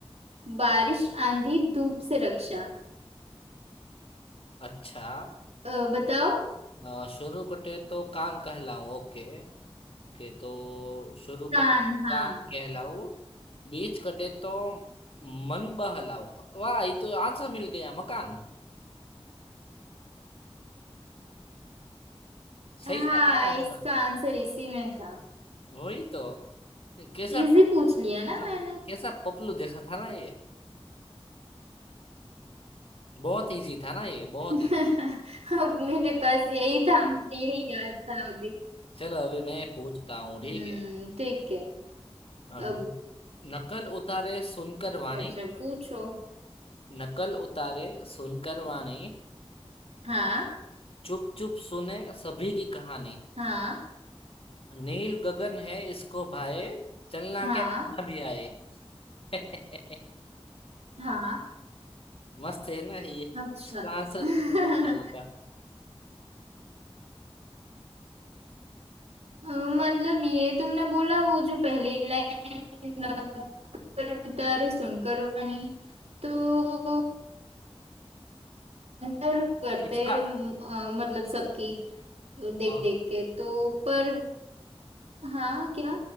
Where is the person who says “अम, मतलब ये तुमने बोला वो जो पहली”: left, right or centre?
Right